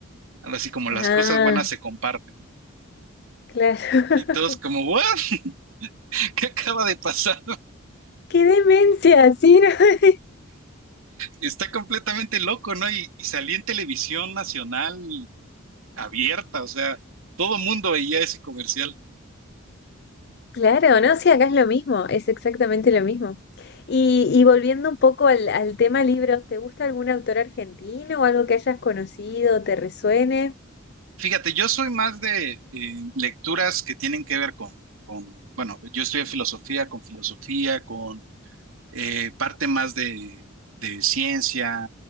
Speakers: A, on the right; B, on the left.
A: Algo así como
B: Ah,
A: las cosas buenas se comparten, ¿no?
B: claro. <laughs>
A: Y todos como, ¿what? <laughs> ¿Qué acaba de pasar?
B: ¡Qué demencia! Sí, no, <laughs>
A: está completamente loco, ¿no? Y, y salía en televisión nacional abierta, o sea, todo mundo veía ese comercial.
B: Claro, no, sí, acá es lo mismo, es exactamente lo mismo. Y, y volviendo un poco al, al tema libros, ¿te gusta algún autor argentino o algo que hayas conocido, te resuene?
A: Fíjate, yo soy más de eh, lecturas que tienen que ver con, con, bueno, yo estudié filosofía, con filosofía, con eh, parte más de, de ciencia,